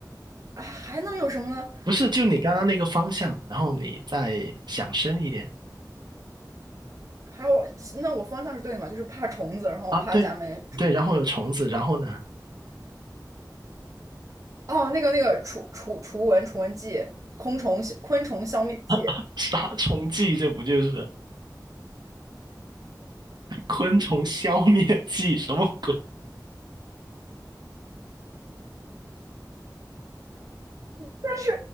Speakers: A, on the right; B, on the right.
A: 啊，还能有什么呢？
B: 不是，就你刚刚那个方向，然后你再想深一点
A: 还有，那我方向是对的嘛？就是怕虫子，然后怕家里面有虫子。
B: 啊，对对，然后有虫子，然后呢？
A: 哦，那个那个除除除蚊除蚊剂，昆虫昆虫消灭剂。
B: <laughs> 杀虫剂，这不就是昆虫消灭剂？什么鬼？
A: 但是，